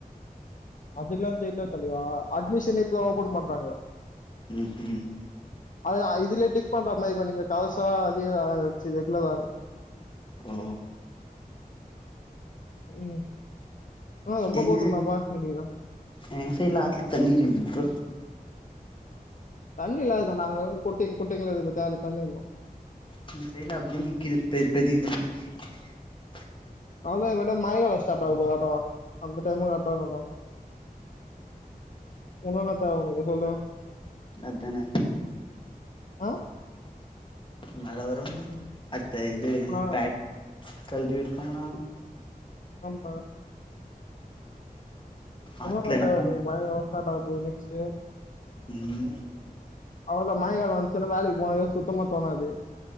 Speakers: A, on the left (about 55°); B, on the left (about 35°).
A: அதுல்லா தெர்ல தலைவா அட்மிஷனே இப்ப தா ஓபன் பண்றாங்க
B: ம் ஹு
A: அது இதுல டிக் பண்ற மாயி கொஞ்ச இ ங்க டவசா அதியதாயவெச்சு தெட்லதால
B: ஒ
A: ம் ஆ ரொம்ப
B: எங்க
A: கூட்டம்டாப்பா
B: சை
A: இன்னைக்கு
B: எங்க சைட்ல ஆத்துல தண்ணீ இருக்குது ப்ரோ
A: தண்ணீ இல்லாதக்கு நாங்க குட்டிங் குட்டிங்ல இது ப தேன தண்ணிருக்கு
B: இந்து சைட்ல அப்டியே நிக்கிது பேத் பெதிக்கி <unintelligible>
A: அவ்ளோதா இத் மேட்டா <unintelligible> வஷ்டான்டா யுபதாட்டொ அந்த டைமு கர்ட்டாக்குன்டா உன்னு நா தேவவொனு சொல்லு
B: அத்தான
A: அ
B: மழ வரும் அத்த இது
A: ஆ,
B: பேட் கல்டிவேட் பண்லா
A: ஆமா
B: ஆத்துல
A: உமா மேம்
B: நம்ம
A: <unintelligible> நெக்ஸ்ட்டு
B: ம்
A: அவங்க மைகள் வச்சினு வேலைக்கு போ சுத்தமா தோனாது